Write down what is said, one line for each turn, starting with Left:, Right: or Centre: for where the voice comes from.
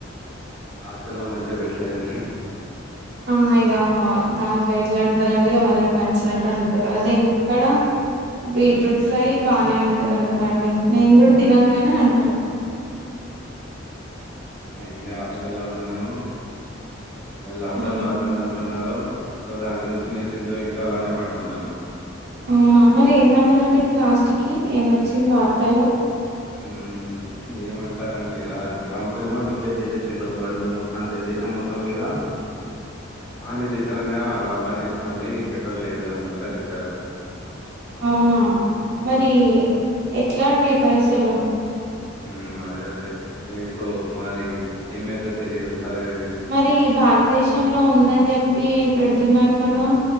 Left: హాస్టల్లో మంచిగా పెట్టలేదా అండి
Right: ఆ ఇగా దాంట్లో ఎట్లాంటారండి ఇగ వాళ్ళకి న నచ్చినట్టు వండుతారు అదే ఇంటికాడ బీట్రూట్
Left: మ్మ్
Right: ఫ్రై బానే ఉం తంట రండి నేను గుడా తినను
Left: మ్మ్
Right: గాని అంటరు
Left: ఏమి హాస్ హాస్టల్లో ఉన్నాము లాక్
Right: అవునా
Left: డౌన్ లాక్ డౌన్ అంటున్నారు సో దాని గురించి న్యూస్ ఇంటు ఇంటు అలానే పండుకున్నాను
Right: అవునా మరి ఏమన్నారండి ఇప్పుడు లాస్ట్ కి ఏమొచ్చింది వార్తల్లో
Left: హుమ్ ఏమంటారండి ట్రంప్ ఏమో డిక్లేర్ చేసేసిండడు వరల్డ్ అంటే దేశం మొత్తం మీద అన్ని దేశాల మీద లాక్డౌన్ ఏసుకోండి పెట్రోల్ లేదు అనుకుంటా చెప్పారు
Right: అవునా మరి ఎట్లా అండి పైసలు
Left: ఉమ్ అదే అదే ఇప్పుడు మాది ఏమైతాదో తెలీదు చదివేది.
Right: మరి భారతదేశంలో ఉందని జె ప్పి పెడుతున్నారు కదా